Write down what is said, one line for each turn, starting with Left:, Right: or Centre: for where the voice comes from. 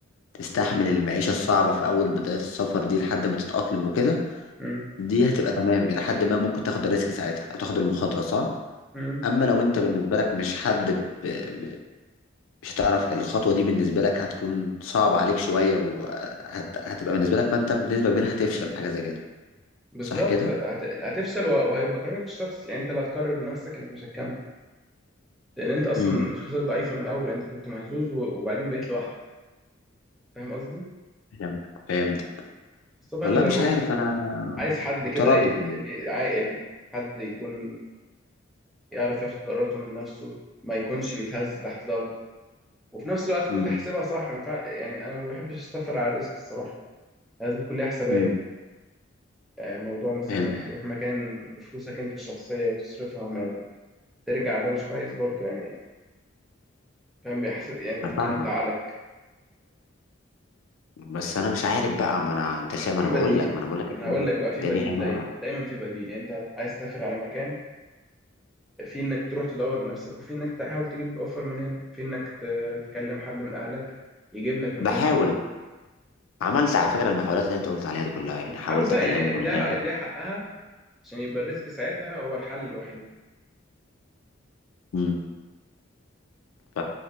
Left: وتستحمل المعيشة الصعبة في اول بداية السفر دي لحد ما تتأقلم وكده
Centre: مم.
Left: دي هتبقى تمام الى حد ما ممكن تاخد الريسك ساعتها او تاخد المخاطرة صح
Centre: مم.
Left: اما لو انت بالنسبة لك مش حد ب... ب- مش هتعرف الخطوة دي بالنسبة لك هتكون صعبة عليك شوية وهتبقى بالنسبة لك فانت بنسبة كبيرة هتفشل في حاجة زي كده
Centre: بالظبط
Left: صح كده؟
Centre: هت- هتفشل وه- وهيبقى قرارك الشخصي يعني أنت اللي هتقرر بنفسك إنك مش هتكمل لان انت اصلا
Left: مم.
Centre: شخصيتك ضعيفه من الاول يعني انت كنت مهزوز و- وبعدين بقيت لوحدك فاهم قصدي
Left: فهمتك فهمتك
Centre: السفر
Left: والله
Centre: زي
Left: مش
Centre: ما بقول
Left: عارف
Centre: لك
Left: انا
Centre: عايز حد
Left: متردد
Centre: كده ايه يعني عاقل حد يكون يعرف ياخد قراراته من نفسه ما يكونش بيتهز تحت ضغط وفي نفس الوقت كنت
Left: امم
Centre: حاسبها صح ما ينفع- يعني انا ما بحبش السفر على الريسك الصراحه لازم تكون ليها حسابات
Left: امم
Centre: آه، موضوع مثلا
Left: فهمت
Centre: انك تروح مكان بفلوسك انت الشخصيه وتصرفها وما ترجع ده مش كويس برضو يعني فاهم بيحس يعني ممكن
Left: انا فاهمك
Centre: يزعلك
Left: بس انا مش عارف بقى ما انا انت شايف
Centre: في
Left: ما انا
Centre: بديل
Left: بقول لك ما انا بقول لك
Centre: ما
Left: الدنيا
Centre: انا هقول لك بقى في
Left: الدنيا
Centre: بديل
Left: هنا
Centre: دايما دايما في بديل يعني انت عايز تسافر على مكان في انك تروح تدور بنفسك وفي انك تحاول تجيب اوفر من هنا في انك ت- تكلم حد من اهلك يجيب لك
Left: بحاول
Centre: من وانت هنا
Left: عملت على فكره المحاولات اللي انت قلت عليها دي كلها يعني حاولت
Centre: حاول بقى
Left: اكلمه
Centre: يعني اديها
Left: من هناك
Centre: اديها حقها عشان يبقى الريسك ساعتها هو الحل الوحيد
Left: امم ف